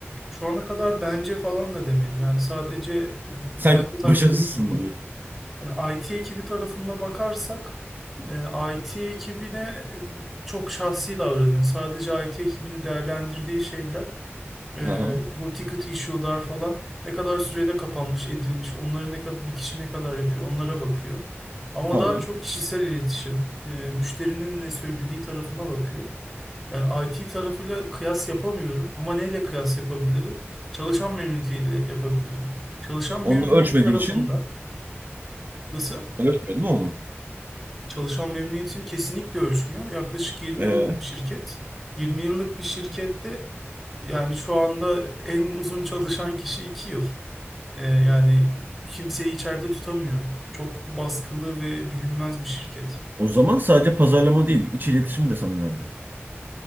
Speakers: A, in the centre; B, on the right.
A: Şu ana kadar bence falan da demedi. Yani sadece
B: Sen
A: e, kendi takdirini
B: başarısızsın
A: sundu.
B: mı diyor.
A: Yani IT ekibi tarafında bakarsak e, IT ekibine e, çok şahsi davranıyor. Sadece IT ekibini değerlendirdiği şeyler Ee,
B: Hı hı.
A: bu ticket issue'lar falan ne kadar sürede kapanmış, edilmiş, onları ne kadar bir kişi ne kadar yapıyor, onlara bakıyor. Ama
B: Tamam.
A: daha çok kişisel iletişim, e, müşterinin ne söylediği tarafına bakıyor. Yani IT tarafıyla kıyas yapamıyorum ama neyle kıyas yapabilirim? Çalışan memnuniyetiyle yapabilirim. Çalışan
B: Onu
A: memnuniyeti
B: da ölçmediği
A: tarafında
B: için
A: nasıl?
B: ölçmedi mi onu?
A: Çalışan memnuniyetini kesinlikle ölçmüyor. Yaklaşık 20
B: Ee,
A: yıllık bir şirket. 20 yıllık bir şirkette yani şu anda en uzun çalışan kişi 2 yıl. Ee, yani kimseyi içeride tutamıyor. Çok baskılı ve bilinmez bir şirket.
B: o zaman sadece pazarlama değil, iç iletişimi de sana verdi.